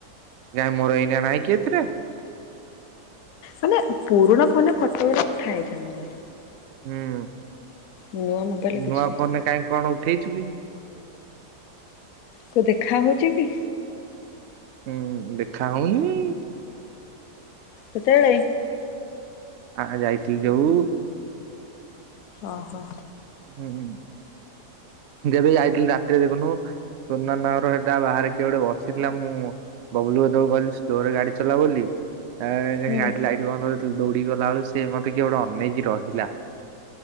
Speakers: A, on the right; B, on the left.
A: ନାଇଁ ମୋର ଏଇନା ନାହିଁ କି ଏଥିରେ।
B: ମାନେ ପୁରୁଣା ଫୋନରେ ଫଟୋଉରା ଉଠାହେଇଚି ଆମର।
A: ହୁଁ
B: ନୂଆ ମୋବାଇଲରେ କିଛି
A: ନୂଆ
B: ନାହିଁ।
A: ଫୋନରେ କାହିଁ କଣ ଉଠେଇଚୁ କି?
B: କୋଉ ଦେଖା ହୋଉଚି କି?
A: ହୁଁ ଦେଖା ହୋଉନି।
B: ସେତବେଳେ
A: ଆ ଯାଇଥିଲି ଯୋଉ
B: ଓହୋ।
A: ହୁଁ ଯେବେ ଯଇଥିଲି ରାତିରେ ଦେଖୁନୁ ସୁନାନା ହର ହେଟା ବାହାରେ କିଏ ଗୋଟେ ବସିଥିଲା ମୁଁ ବବୁଲୁ ଭାଇ ତାକୁ କହିଲି ସ୍ଲୋରେ ଗାଡି ଚଲା ବୋଲି। ଏ ହେ
B: ହୁଁ।
A: ଗାଡି ଲାଇଟ ବନ୍ଦ କରଥିଲି ଦୌଡିକି ଗଲା ବେଳୁ ସେ ମତେ କିଏ ଗୋଟେ ଅନେଇକି ରହିଲା।